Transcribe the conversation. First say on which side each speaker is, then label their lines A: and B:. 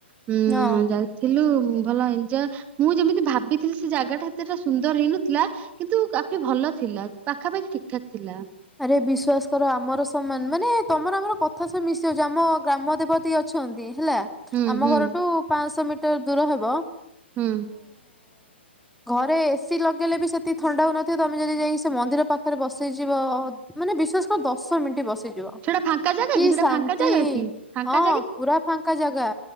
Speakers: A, on the right; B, in the centre.
A: ହୁଁ
B: ହଁ।
A: ଯାଇଥିଲୁ ଭଲ ଏଞ୍ଜୟ ମୁଁ ଯେମିତି ଭାବିି ଥିଲି ସେ ଜାଗା ଟା ଏତେଟା ସୁନ୍ଦର ହେଇନଥିଲା କିନ୍ତୁ କାଫି ଭଲ ଥିଲା ପାଖାପାଖି ଠିକ୍ ଠାକ୍ ଥିଲା।
B: ଆରେ ବିଶ୍ଵାସ କର ଆମର ସମାନ ମାନେ ତମର ଆମର କଥା ସବୁ ମିଶି ଯାଉଚି ଆମ ଗ୍ରାମ ଦେବତୀ ଅ ଛନ୍ତି ହେଲା
A: ହୁଁ
B: ଆମ
A: ହୁଁ
B: ଘରଠୁ ପାଶହ ମିଟର ଦୂର ହବ।
A: ହୁଁ।
B: ଘରେ ଏସିି ଲଗେଇଲେ ବି ସେତିିକି ଥଣ୍ଡା ହଉନଥିବ ତମେ ଯଦି ଯାଇକି ସେ ମନ୍ଦିର ପାଖରେ ବସିଯିବ ଅ ମାନେ ବିଶ୍ୱାସ କର ଦଶ ମିନିଟ୍ ବସି ଯିବ
A: ସେଟା ଫାଙ୍କା ଜାଗା
B: କି
A: ସେଟା
B: ଶାନ୍ତି
A: ଫାଙ୍କା ଜାଗା କି ଫାଙ୍କା
B: ହଁ ପୁରା ଫାଙ୍କା ଜାଗା।